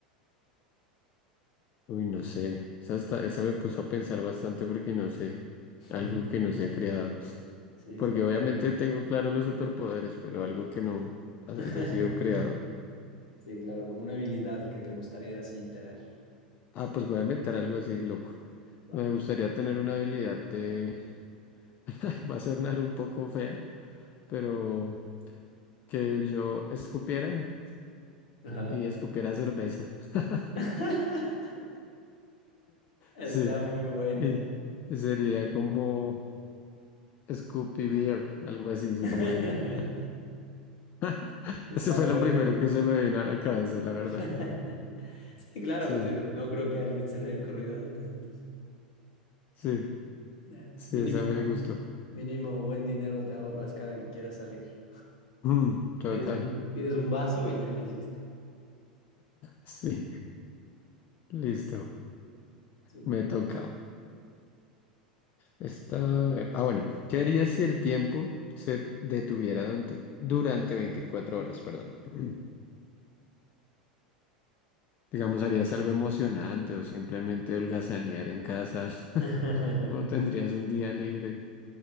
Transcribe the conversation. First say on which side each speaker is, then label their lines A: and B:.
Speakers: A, on the left; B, on the left.
A: Uy, no sé. Esa, hasta- esa me puso a pensar bastante porque no sé.
B: Sí.
A: Algo que no se ha creado.
B: Sí,
A: Porque
B: sea
A: obviamente
B: como-
A: tengo claro los superpoderes, pero algo que no haya
B: <laughs>
A: sido creado.
B: Sí, claro, como una habilidad que te gustaría así tener.
A: Ah, pues voy a inventar algo así loco.
B: Va.
A: Me gustaría tener una habilidad de... <laughs> Va a sonar un poco fea, pero que yo escupiera
B: Ajá.
A: y escupiera cerveza. <laughs>
B: <laughs> Está
A: Sí.
B: muy buena.
A: Y y sería como Scoopy Beer, algo así se
B: <laughs>
A: llamaría. <laughs>
B: Está
A: Eso fue
B: buena.
A: lo primero que se me vino a la cabeza, la verdad.
B: <laughs> Sí, claro,
A: Sí,
B: pues digo, no creo que a alguien se le haya ocurrido antes, entonces.
A: sí,
B: Ya,
A: sí,
B: Mínimo.
A: esa me gustó.
B: Mínimo buen dinero te ahorras cada que quieras salir.
A: Mm, total.
B: Pides un,
A: <laughs>
B: pides un vaso y ya la hiciste.
A: Sí, listo.
B: Súper.
A: Me toca. Esta, a ver. Ah, bueno. ¿Qué harías si el tiempo se detuviera durante, durante 24 horas? Perdón. <clears throat> Digamos, ¿harías algo emocionante o simplemente holgazanear en casa? <laughs>
B: <laughs>
A: ¿O tendrías un día libre?